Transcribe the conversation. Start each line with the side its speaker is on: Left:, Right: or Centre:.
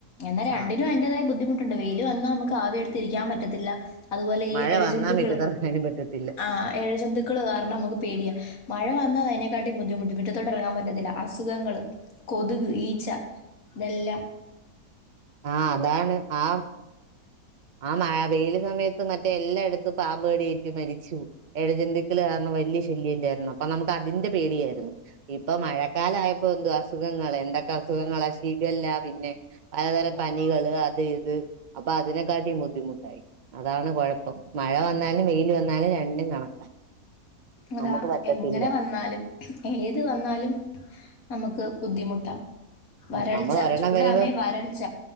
Left: എന്നാ രണ്ടിനും
Right: ആഹ്
Left: അതിന്റേതായ ബുദ്ധിമു ണ്ട് വെയിലും വന്നാ നമുക്ക് ആവി എടുത്തിരിക്കാൻ പറ്റത്തില്ല. അതുപോലെ
Right: മഴ
Left: ഈ എഴജന്തുക്കൾ
Right: വന്നാ മിറ്റത്തിറങ്ങാനും പറ്റത്തില്ല
Left: ആ എഴജന്തുക്കൾ കാരണം നമുക്ക് പേടിയ. മഴ ന്നാതതിനെക്കാട്ടി ബുദ്ധിമുട്ട് മിറ്റത്തോട്ട് ഇറങ്ങാൻ പറ്റത്തില്ല. അസുഖങ്ങങ്ങള് കൊതുക്, ഈച്ച, ഇതെല്ലാം
Right: ആ അതാണ് ആ ആ മഴ വെയില് സമയത്ത് മറ്റേ എല്ലായിടത്തും പാമ്പ് കടിയേറ്റ് മരിച്ചു. ഏഴജന്തുക്കൾ കാരണം വലിയ ശല്യം ഇല്ലായിരുന്നു അപ്പൊ നമുക്ക് അതിന്റെ പേടിയായിരുന്നു ഇപ്പൊ മഴക്കാല ആയപ്പോ എന്തുവാ അസുഖങ്ങള്. എന്തൊക്കെ അസുഖങ്ങളാ ഷിഗല്ല പിന്നെ പലതരം പനികള് അത് ഇത് അപ്പൊ അതിനൊ ക്കാട്ടി ബുദ്ധിമുട്ടായി. അതാണ് കുഴപ്പം മഴ വന്നാലും വെയില് വന്നാലും രണ്ടും കണക്കാ.
Left: അതാ
Right: നമുക്ക് പറ്റത്തില്ല
Left: എങ്ങനെ വന്നാലും ഏത് വന്നാലും നമുക്ക് ബുദ്ധിമുട്ടാ.
Right: ഉം.
Left: വരൾച്ച
Right: നമ്മൾ ഒരെണ്ണം
Left: ചൂടാന്നേ
Right: വരുമ്പോ
Left: വരൾച്ച